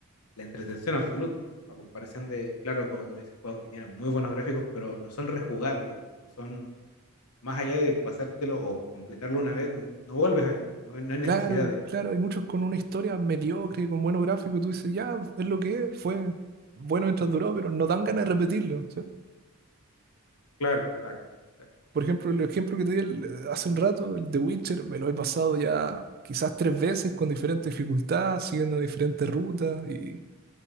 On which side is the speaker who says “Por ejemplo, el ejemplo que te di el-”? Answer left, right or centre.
Right